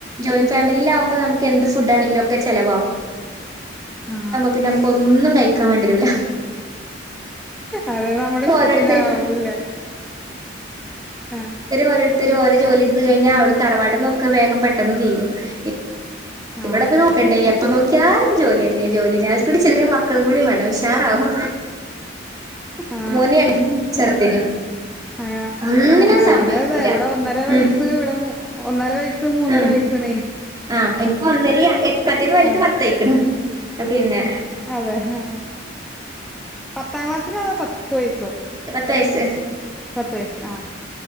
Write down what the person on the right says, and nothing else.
ജോയിന്റ് ഫാമിലിലാവുമ്പോ നമുക്ക് എന്ത് ഫുഡ് ആണെങ്കിലും ഒക്കെ ചെലവാവും
പിന്നെമ്മക്ക് ഒന്നും കഴിക്ക് ക്കാ വേണ്ടിരൂല
ഓരോരുത്തര്
ഓരോരുത്തരും ഓരോ ജോലിട്ത്ത് കഴിഞ്ഞാ അവിടെ തറവാട്ട്ന്നൊക്കെ വേഗം പെട്ടെന്ന് തീരും ഇപ്
ഇവിടെപ്പ നോക്കണ്ടേ എപ് പ്പൊ നോക്കിയാലും ജോല്യന്നെ ജോലി അത് കൂടി ചെറിയ മ ക്കള് കൂടി വേണം ഉഷാറാവും.
മോനെയാണ് ചെറുതിന്
ഒന്നിനും
സമ്മയിക്കൂല
ഉം
ഉം
ആഹ് ഇപ്പോ ഒന്നരി എ മറ്റേത് വല്ത്
പത്തായ്ക്ക്ണ്. പിന്നെ
തൈസ്